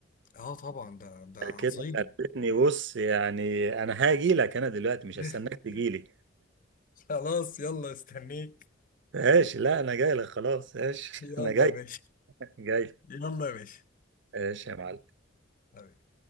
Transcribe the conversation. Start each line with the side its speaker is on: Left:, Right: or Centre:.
Left: اه طبعا ده ده عظيم
Right: كده خلتني بص يعني انا هاجي لك انا دلوقتي مش
Left: <laughs>
Right: هستناك تجي لي
Left: خلاص يلا استنيك
Right: ماشي لا انا جاي لك خلاص ماشي
Left: يلا
Right: <laughs> انا جاي
Left: يا باشا
Right: جاي
Left: يلا يا باشا
Right: ماشي يا معلم
Left: حبيبي.